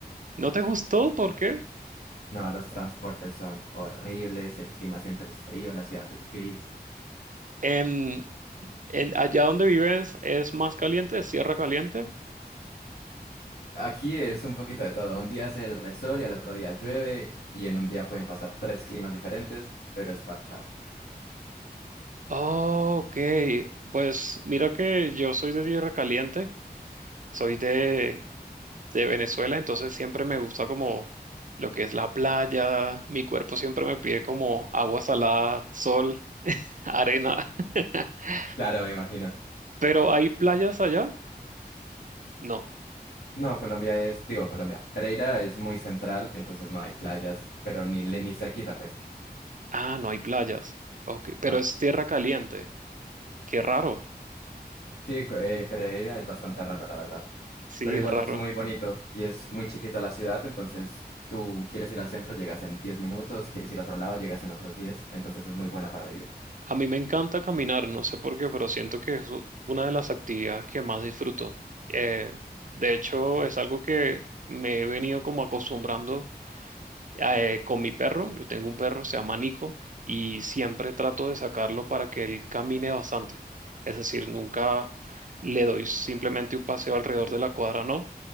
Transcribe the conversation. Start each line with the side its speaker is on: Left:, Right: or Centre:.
Right: ¿No te gustó? ¿Por qué?
Left: No, los transportes son horribles, el clima siempre es frío, la ciudad es gris.
Right: En, en- allá donde vives es más caliente, es tierra caliente.
Left: Aquí es un poquito de todo, un día hace el resol y al otro día llueve y en un día pueden pasar tres climas diferentes, pero es parchado.
Right: Oh, ok, pues mira que yo soy de tierra caliente, soy de de Venezuela, entonces siempre me gusta como lo que es la playa, mi cuerpo siempre me pide como agua salada, sol, <laughs> arena. <laughs>
Left: Claro, me imagino.
Right: ¿Pero hay playas allá? No.
Left: No, Colombia es, digo Colombia, Pereira es muy central, entonces no hay playas, pero ni, le- ni cerquita, pues.
Right: Ah, no hay playas. Ok, pero
Left: No,
Right: es tierra caliente. Qué raro.
Left: sí, co- eh, Pereira es bastante raro, la verdad.
Right: Sí,
Left: pero igual
Right: es raro.
Left: es muy bonito y es muy chiquita la ciudad, entonces tú quieres ir al centro, llegas en 10 minutos, quieres ir a otro lado, llegas en otros diez entonces es muy buena para vivir.
Right: A mí me encanta caminar, no sé por qué, pero siento que es u- una de las actividades que más disfruto. Eh, de hecho, es algo que me he venido como acostumbrando eh, con mi perro. Yo tengo un perro, se llama Nico, y siempre trato de sacarlo para que él camine bastante. Es decir, nunca le doy simplemente un paseo alrededor de la cuadra, no,